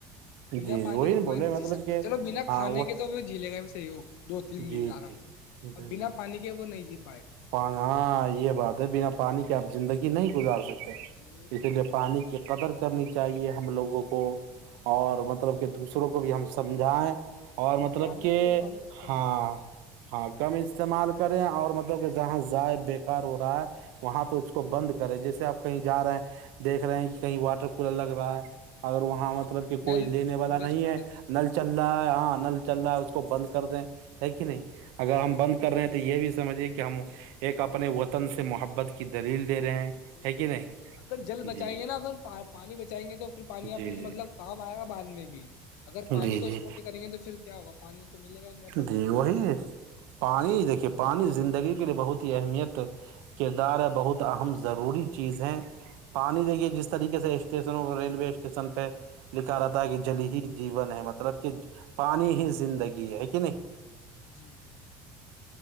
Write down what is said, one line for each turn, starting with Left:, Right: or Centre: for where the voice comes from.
Left: بنا
Right: جی
Left: پانی
Right: جی وہی
Left: کے کوئی
Right: بولے
Left: نہیں
Right: مطلب
Left: جی سکتا
Right: کہ
Left: چلو بنا
Right: ہاں
Left: کھے کے تو وہ جیلے گئے دو تین
Right: جی
Left: دن
Right: جی
Left: آرام سے
Right: جی
Left: اور
Right: جی
Left: بنا پانی کے وہ نہیں جیت
Right: ہاں یہ بات ہے بنا پانی کے آپ زندگی نہیں گزار سکتے
Left: جی وہی
Right: اسی
Left: تو
Right: لیے پانی کی قدر کرنی چاہیے ہم لوگوں کو اور مطلب کہ دوسروں کو بھی ہم سمجھائیں اور مطلب
Left: پانی
Right: کہ
Left: کو کم استعمال
Right: ہاں
Left: کرے
Right: ہاں کم استعمال کریں اور م کہ جہاں ضائع بے کار ہو رہا ہے وہاں
Left: جی
Right: پہ اس کو بند کر ے جیسے آپ کہیں جا رہے ہیں دیکھ رہے ہیں کہ کہیں واٹر کولر لگ رہا ہے اگر وہاں
Left: ہاں
Right: مطلب کہ کوئی
Left: نل
Right: لینے والا
Left: کھلے
Right: نہیں
Left: چھوڑ
Right: ہے
Left: دیتے
Right: نل چل رہا ہے ہاں نل چل
Left: جی
Right: رہا ہے اس کو بند کر دیں ایک کہ نہیں اگر
Left: جی
Right: ہم بند کر رہے ہیں تو یہ بھی سمجھیے کہ ہم ایک اپنے وطن سے محبت کی دلیل دے رہے ہیں
Left: وہ
Right: ہے کہ
Left: تو
Right: نہیں
Left: اگر جل بچائیں
Right: جی
Left: گے نا اگر پانی بچائیں گے تو پھر پانی
Right: جی
Left: اپن
Right: جی
Left: کو مطلب کام آئے گا بعد میں بھی اگر پانی
Right: جی
Left: کو
Right: جی
Left: اسٹور نہیں کریں گے تو پھر کیا ہوگا پانی تو ملے گا ہی نہیں اپن
Right: جی
Left: پ زیاہ
Right: وہی پانی دیکھیے پانی زندگی کے لیے بہت ہی اہمیت کردار ہے بہت اہم ضروری چیز ہے پانی دیکھیے جس طریقے سے اسٹیشنوں کو ریلوے اسٹیشن پہ لکھا رہاتا کہ جل ہی جیون ہے مطلب کہ پانی ہی زندگی ہے کہ نہیں
Left: جی